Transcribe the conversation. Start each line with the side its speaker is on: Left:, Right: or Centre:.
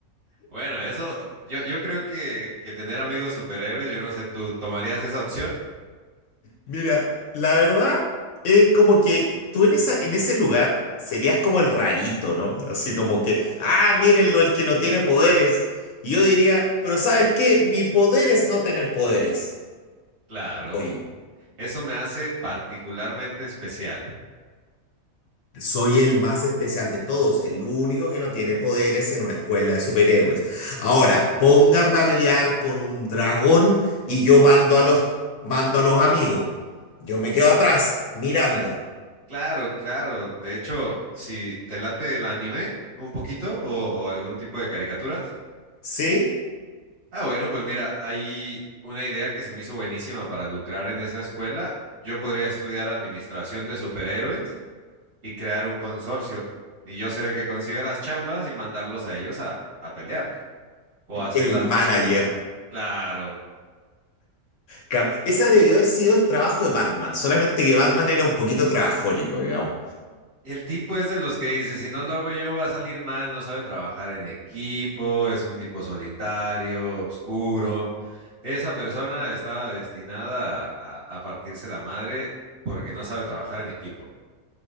Right: Bueno, eso, yo, yo creo que, que tener amigos superhéroes, yo no sé, ¿tú tomarías esa opción?
Left: Mira, la verdad es como que tú en esa, en ese lugar serías como el rarito, ¿no? Así como que, ah, mírenlo, el que no tiene poderes. Y yo diría, pero ¿sabes qué? Mi poder es no tener poderes.
Right: Claro,
Left: Oye.
Right: eso me hace particularmente especial.
Left: Soy el más especial de todos, el único que no tiene poderes en una escuela de superhéroes. Ahora, pónganme a pelear con un dragón y yo mando a los, mando a los amigos. Yo me quedo atrás, mirando.
Right: Cla- claro, claro. De hecho, si te late el anime un poquito o o algún tipo de caricaturas.
Left: ¿Sí?
Right: Ah, bueno, pues mira, hay una idea que se me hizo buenísima para lucrar en esa escuela. Yo podría estudiar administración de superhéroes y crear un consorcio. Y yo ser el que consiga las chambas y mandarlos a ellos a, a pelear o a hacer
Left: El
Right: las
Left: manager.
Right: misiones. Claro.
Left: Ca- Esa debió haber sido el trabajo de Batman, solamente que Batman era un poquito trabajólico, digamos.
Right: El tipo es de los que dice, si no lo hago yo va a salir mal, no sabe trabajar en equipo, es un tipo solitario, oscuro. Esa persona estaba destinada a a- a partirse la madre porque no sabe trabajar en equipo.